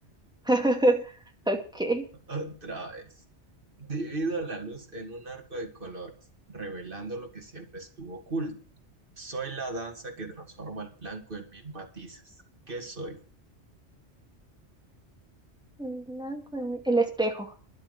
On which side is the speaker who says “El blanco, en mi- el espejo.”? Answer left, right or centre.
Centre